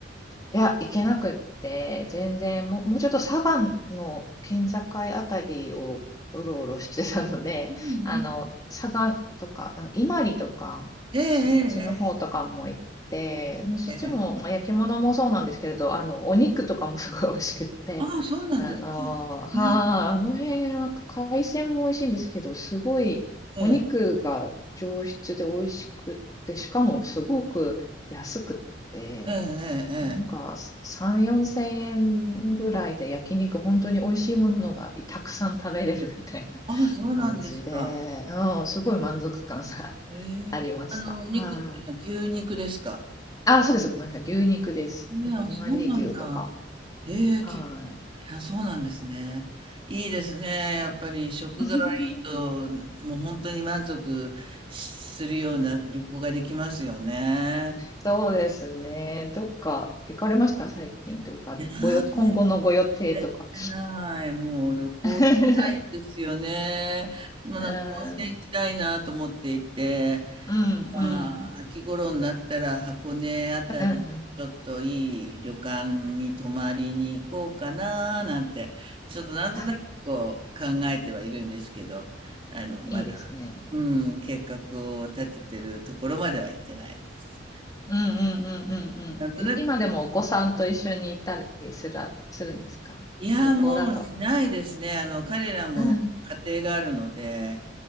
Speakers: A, on the left; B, on the right.
A: いや、行けなくって、全然、もう、もうちょっと佐賀の県境あたりをうろうろしてたので、
B: うんうんうん
A: <laughs> あの、佐賀とか、あの、伊万里とか、
B: ええ、ええ、
A: そっちの方とかも行って、そっちも、
B: ええ、ええ。
A: まあ、焼き物もそうなんですけれど、あの、お肉とかもすごい美味しくって、
B: ああ、そうなんですか。
A: あの、はい、
B: え
A: あの辺は海鮮も美味しいんですけど、すごいお肉が上質で美味しくって、
B: え、ええ。
A: しかもすごく安くって、
B: ええ、ええ、
A: なんか3、
B: ええ。
A: 4千円ぐらいで焼肉、本当に美味しいものがたくさん食べれるみたいな
B: ああ、そうなんですか。
A: 感じで、うん、すごい満足感さ、
B: ええ、
A: <laughs> ありました。
B: あの、お肉っていうのは牛肉ですか。
A: はい。あ、そうです。ごめんなさい。牛肉です。
B: ね、
A: ひまり牛とか。
B: あ、そうなんだ。ええ、聞いて
A: はい。
B: あ、そうなんですね。いいですね。やっぱり食がいいと、
A: <laughs>
B: もう本当に満足するような旅行ができますよね。
A: そうですね。どっか行かれました最近とか。
B: いやー、
A: ごよ、
B: 最
A: 今後のご予定とか。
B: 近行ってない。もう旅行行きたいんですよね。
A: <laughs>
B: もうなんか温泉行きたいなと思っていて、
A: うん、うん、うん、うん、
B: まあ、秋頃になったら箱根あたり、
A: うん。
B: ちょっといい旅館に泊まりに行こうかななんて、ちょっとなんとなくこう考えてはいるんですけど、
A: あ、
B: あの、まだ、
A: いいですね。
B: うん、計画を立ててるところまでは行ってないです。
A: うんうんうんうんうん。
B: なんとなく、
A: い今でもお子さんと一緒に行ったりする、するんですか旅行だと。
B: いや、もうしないですね。あの、彼らも
A: うん。
B: 家庭があるので、